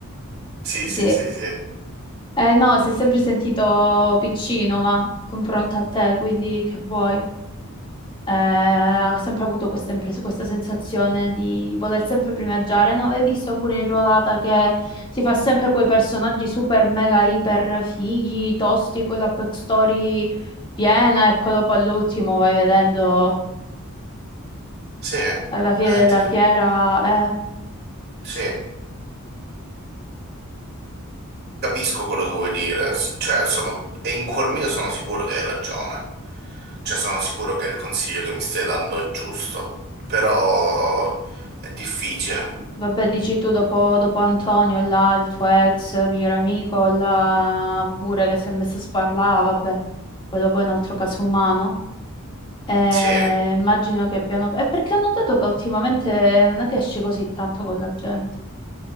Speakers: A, on the right; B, on the left.
A: Sì,
B: Sì.
A: sì, sì, sì.
B: Eh, no, si è sempre sentito piccino, va, confronto a te, quindi che vuoi? Eh, ha sempre avuto questa, impres- questa sensazione di voler sempre primeggiare. Non l'hai visto pure in Ruolata che si fa sempre quei personaggi super mega iper fighi, tosti, con la backstory piena e poi dopo all'ultimo vai vedendo
A: Sì, eh,
B: alla fine della
A: ti ri-
B: fiera, eh,
A: sì, eh, capisco quello che vuoi dire, cioè, sono, e in cuor mio sono sicuro che hai ragione. Cioè, sono sicuro che il consiglio che mi stai dando è giusto, però è difficile.
B: vabbè, dici tu dopo, dopo Antonio e là il tuo ex miglior amico, là pure che si è messo a sparlare, vabbè, poi dopo è un altro caso umano. Eh,
A: Sì,
B: immagino che piano... È perché ho notato che ultimamente non è che esci così tanto con la gente.